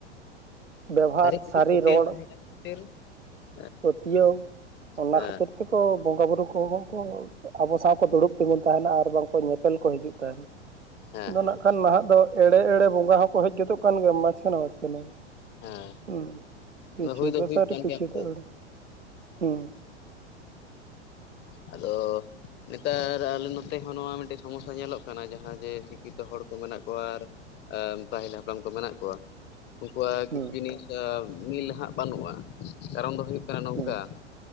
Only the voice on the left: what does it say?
ᱡᱩᱫᱤ
ᱯᱟᱹᱛᱭᱟᱹᱣ
<unintelligible>
ᱦᱮᱸ
ᱦᱮᱸ
ᱦᱮᱸ
ᱦᱮᱸ
ᱦᱩᱭ
ᱦᱩᱭᱩᱜ
ᱠᱟᱱ
ᱜᱮᱭᱟ ᱚᱱᱠᱟ
ᱟᱫᱚᱳ ᱱᱮᱛᱟᱨ ᱟᱞᱮ ᱱᱚᱛᱮ ᱦᱚᱸ ᱱᱚᱣᱟ ᱢᱤᱫᱴᱮᱡ ᱥᱚᱢᱚᱥᱥᱟ ᱧᱮᱞᱚᱜ ᱠᱟᱱᱟ ᱡᱟᱦᱟᱸ ᱡᱮ ᱥᱤᱠᱠᱷᱤᱛᱚ ᱦᱚᱲ ᱠᱚ ᱢᱮᱱᱟᱜ ᱠᱚᱣᱟ ᱟᱨ ᱯᱟᱹᱦᱤᱞ ᱦᱟᱯᱲᱟᱢ ᱠᱚ ᱢᱮᱱᱟᱜ ᱠᱚᱣᱟ ᱩᱱᱠᱩᱣᱟᱜ ᱠᱤᱪᱷᱩ
ᱡᱤᱱᱤᱥ ᱢᱤᱞ ᱦᱟᱸᱜ ᱵᱟᱹᱱᱩᱜᱼᱟ ᱠᱟᱨᱚᱱ ᱫᱚ ᱦᱩᱭᱩᱜ ᱠᱟᱱᱟ ᱱᱚᱝᱠᱟ